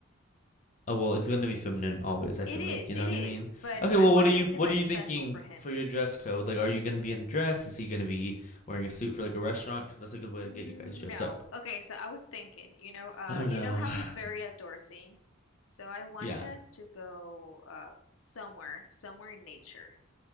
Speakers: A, on the left (about 35°); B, on the left (about 75°).
A: Oh, well, it's gonna be feminine always, I
B: It
A: feel
B: is,
A: like, you
B: it
A: know what
B: is,
A: I mean?
B: but
A: Okay,
B: I
A: well,
B: want
A: what
B: to
A: are
B: make
A: you what
B: it like
A: are you
B: special
A: thinking
B: for him
A: for
B: too.
A: your dress code? Like, are you gonna be in a dress? Is he gonna be wearing a suit for like a restaurant? Because that's a good way
B: No.
A: to get you guys dressed up.
B: Okay, so I was thinking, you know, uh,
A: I don't
B: you
A: know.
B: know how
A: <sighs>
B: he's very outdoorsy. So I wanted
A: Yeah.
B: us to go uh somewhere, somewhere in nature.